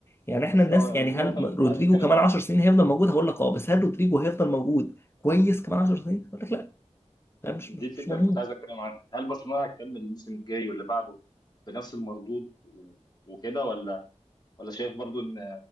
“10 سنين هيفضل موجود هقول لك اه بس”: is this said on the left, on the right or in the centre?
Left